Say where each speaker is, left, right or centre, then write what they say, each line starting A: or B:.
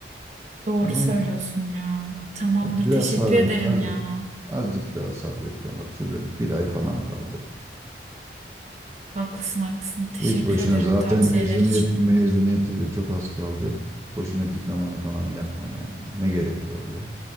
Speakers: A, on the right; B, on the right.
A: Doğru
B: Tamam.
A: söylüyorsun ya. Tamamdır.
B: Tabii Biraz
A: Teşekkür
B: sabret.
A: ederim
B: Azıcık,
A: ya.
B: azıcık daha sabret. Ya bak şurada bir ay falan kaldı.
A: Haklısın haklısın. Teşekkür
B: Hiç boşuna
A: ederim
B: zaten
A: tavsiyeler
B: mezuniyet
A: için.
B: mezuniyeti de çok az kaldı. Boşuna diplomanı falan yakma yani. Ne gerek var ya?